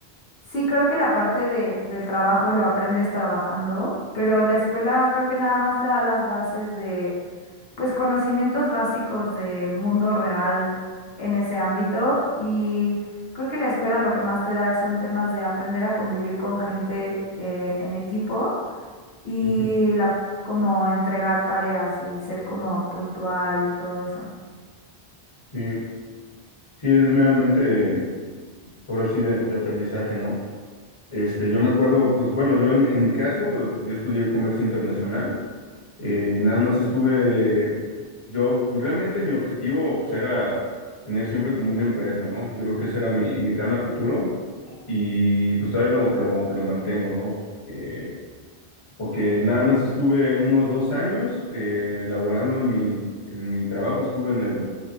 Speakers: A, on the left (about 65°); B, on the left (about 30°).
A: sí creo que la parte de, del trabajo lo aprendes trabajando, pero la escuela creo que nada más te da las bases de pues conocimientos básicos del mundo real en ese ámbito y creo que la escuela lo que más te da son temas de aprender a convivir con gente eh, en equipo y
B: Ujú.
A: la como entregar tareas y ser como puntual y todo eso.
B: Sí, sí, es meramente. Ahora sí de, de aprendizaje, ¿no? Este, yo me acuerdo, pues bueno, yo en, en mi caso, yo estudié comercio internacional, eh, nada más estuve, yo realmente mi objetivo pues, era tener siempre como una empresa, ¿no? Yo creo que ese era mi, mi plan a futuro y pues todavía lo, lo, lo mantengo, ¿no? Eh, porque nada más estuve unos dos años eh, laborando en mi, en mi trabajo, estuve en el